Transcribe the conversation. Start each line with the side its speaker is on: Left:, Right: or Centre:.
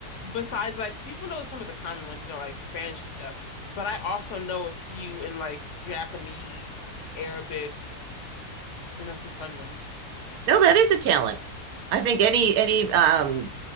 Left: besides like people know some of the common ones, you know, like Spanish and stuff, but I also know a few in like Japanese, Arabic, I know some fun ones.
Right: No, that is a talent. I think any any um,